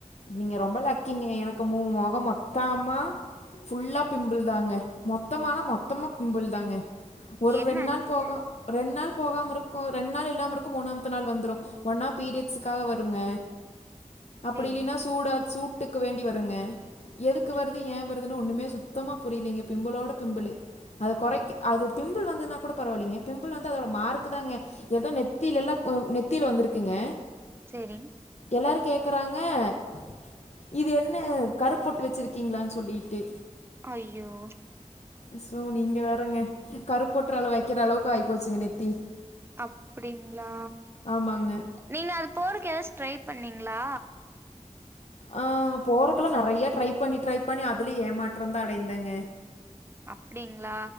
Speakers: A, on the left (about 60°); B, on the right (about 20°).
A: நீங்க ரொம்ப லக்கிங்க எனக்கு மூ மொகோ மொத்தமா ஃபுல்லா பிம்பிள் தாங்க மொத்தமானா மொத்தமா பிம்பிள் தாங்க ஒரு
B: என்ன
A: ரெண்டு நாள் போக ரெண்டு நாள் போகாம இருக்கு ரெண்டு நாள் இல்லாம இருக்கு மூணாம்த்து நாள் வந்துரு ஒன்னா பீரியட்ஸுக்காக வருங்க
B: சேரிங்
A: அப்டி இல்லைனா சூடா சூட்டுக்கு வேண்டி வருங்க எதுக்கு வருது ஏ வருதுன்னு ஒன்னுமே சுத்தமா புரியலைங்க பிம்புளோட பிம்பிளு அதக் கொறைக்க அது பிம்பிள் வந்ததுனா கூட பரவால்லைங்க பிம்பிள் வந்து அதோட மார்க்கு தாங்க எதோ நெத்திலெல்லா இப்ப நெத்தில வந்திருக்குங்க
B: சேரிங்
A: எல்லாரு கேக்குறாங் க் இது என்ன கருப்பொட்டு வெச்சிருக்கீங்களான் சொல்லிட்டு
B: ஐயோ
A: சோ நீங்க வேறங்க கருப்பு பொட்டுற அளவு வெக்கிற அளவுக்கு ஆயி போச்சுங்க நெத்தி
B: அப்டிங்ளா
A: ஆமாங்க
B: நீங்க அது போறதுக்கு எதாச்சு ட்ரை பண்ணீங்ளா
A: ஆ போறக்கெல்லா நெறைய ட்ரை பண்ணி ட்ரை பண்ணி அதுலயு ஏமாற்றந்தா அடைந்தேங்க
B: அப்டிங்களா